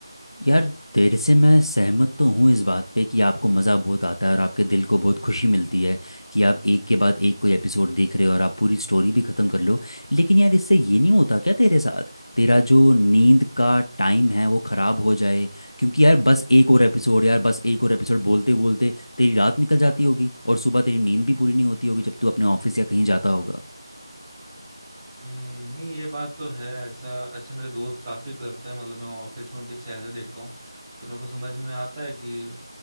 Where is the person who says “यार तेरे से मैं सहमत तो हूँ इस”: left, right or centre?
Left